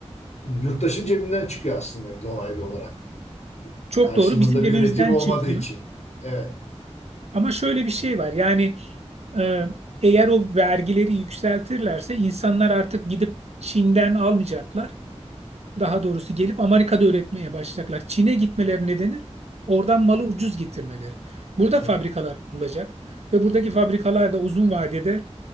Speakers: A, on the left (about 75°); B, on the right (about 70°).
A: yurttaşın cebinden çıkıyor aslında dolaylı olarak.
B: Çok
A: Karşılığında
B: doğru bizim cebimizden
A: bir üretim olmadığı
B: çıkıyor.
A: için. Evet,
B: Ama şöyle bir şey var. Yani e, eğer o vergileri yükseltirlerse insanlar artık gidip Çin'den almayacaklar. daha doğrusu gelip Amerika'da üretmeye başlayacaklar. Çin'e gitmeleri nedeni oradan malı ucuz getirmeleri. Burada
A: tabii.
B: fabrikalar kurulacak ve buradaki fabrikalar da uzun vadede